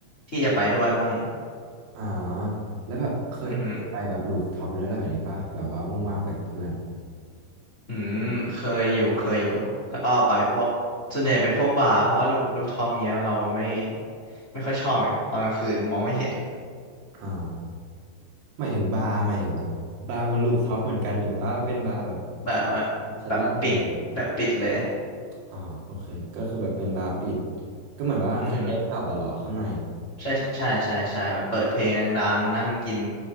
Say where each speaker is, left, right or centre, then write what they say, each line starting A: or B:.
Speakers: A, on the left; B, on the right.
A: ที่จะไปด้วยมั่ง
B: อ่าแล้วแบบเคยเคยไปแบบลูฟท็อปหรืออะไรแบบนี้ป่ะแบบว่าว่างๆไปกับเพื่อน
A: อือฮึ อืมเคยอยู่เคยอยู่แล้วก็ไปพวกส่วนใหญ่เป็นพวกบาร์เพราะว่ารูปรูปท็อปเงี้ยเราไม่ไม่ค่อยชอบไงตอนกลางคืนมองไม่เห็น
B: อ๋อหมายถึงบาร์หมายถึงแบบบาร์บนลูฟท็อปเหมือนกันหรือว่าเป็นบาร์แบบที่
A: แบบว่า
B: ชั้นแรกเลย
A: แบบปิดแบบปิดเลย
B: อ่าโอเคก็คือแบบเป็นบาร์ปิดก็เหมือนว่าคล้ายๆผับอะเหรอข้างใน
A: อือฮึใช่ใช่ใช่ใช่แบบเปิดเพลงดังๆนั่งกิน